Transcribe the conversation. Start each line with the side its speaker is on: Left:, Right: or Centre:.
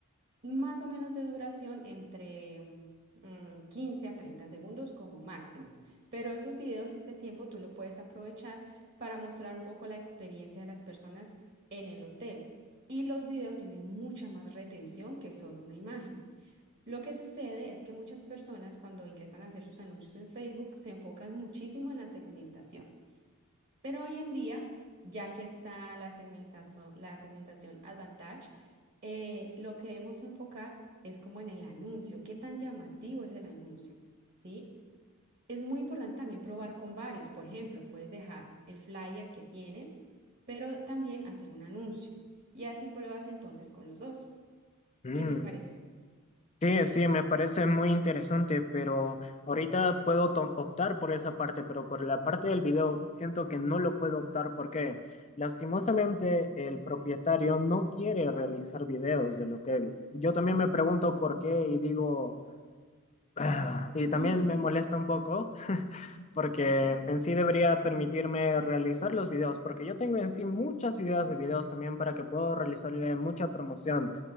Right: más o menos de duración entre mm, 15 a 30 segundos como máximo. Pero esos videos y este tiempo tú lo puedes aprovechar para mostrar un poco la experiencia de las personas en el hotel. Y los videos tienen mucha más retención que solo una imagen. Lo que sucede es que muchas personas cuando ingresan a hacer sus anuncios en Facebook se enfocan muchísimo en la segmentación. Pero hoy en día, ya que está la segmentazo- la segmentación Advantage, eh, lo que debemos enfocar es como en el anuncio, qué tan llamativo es el anuncio, ¿sí? Es muy importante también probar con varios. Por ejemplo, puedes dejar el flyer que tienes, pero también hacer un anuncio. Y así pruebas entonces con los dos.
Left: Claro.
Right: ¿Qué te parece?
Left: Sí, sí, me parece muy interesante, pero ahorita puedo to- optar por esa parte, pero por la parte del video siento que no lo puedo optar porque lastimosamente el propietario no quiere realizar videos del hotel. Yo también
Right: Mm.
Left: me pregunto por qué y digo, ah, y
Right: Mm,
Left: también me molesta
Right: complicado.
Left: un poco porque
Right: Sí,
Left: en sí debería permitirme realizar los videos, porque yo tengo en sí muchas ideas de videos también para que puedo realizarle mucha promoción,